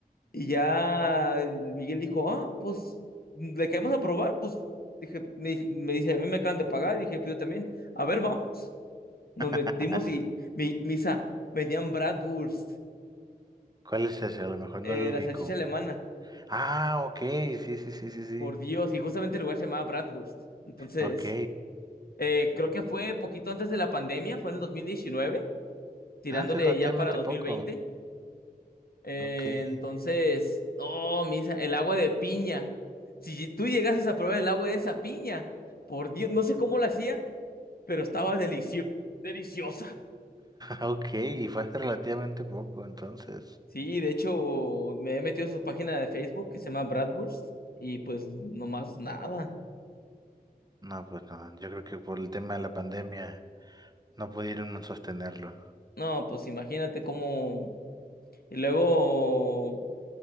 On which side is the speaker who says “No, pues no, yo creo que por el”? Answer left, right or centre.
Right